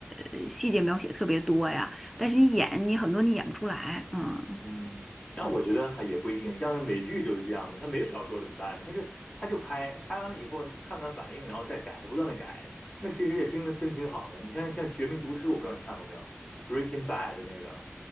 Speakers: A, in the centre; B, on the left.
A: 呃细节描写特别多呀，但是你演你很多你演不出来，嗯。
B: 嗯，那我觉得还也不一定，像美剧就是这样的，他没有小说怎么办呢？他就他就拍，拍完了以后看看反应，然后再改，不断的改，那其实也挺真挺好的。你像像《绝命毒师》，我不知道你看过没有，《Breaking Bad》那个，